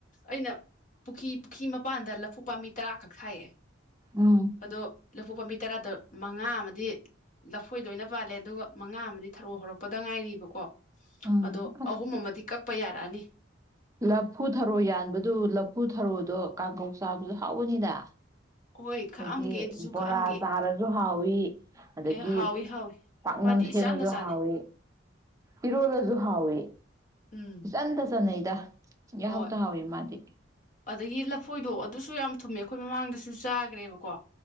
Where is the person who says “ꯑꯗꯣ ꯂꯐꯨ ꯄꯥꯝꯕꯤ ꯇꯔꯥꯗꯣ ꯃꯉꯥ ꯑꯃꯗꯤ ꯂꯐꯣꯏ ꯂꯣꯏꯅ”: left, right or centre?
Left